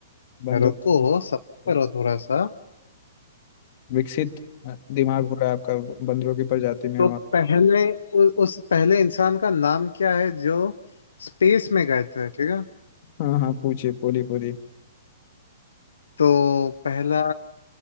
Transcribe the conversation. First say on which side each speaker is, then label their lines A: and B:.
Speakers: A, on the left; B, on the left.
A: बंदर
B: रुको सब
A: <laughs>
B: करो थोड़ा सा
A: विकसित दिमाग हो रहा है आपका बंदरों की प्रजाति में
B: तो
A: और
B: पहले उ, उस पहले इंसान का नाम क्या है जो स्पेस में गए थे ठीक है
A: हाँ हाँ पूछिए पूरी पूरी
B: तो पहला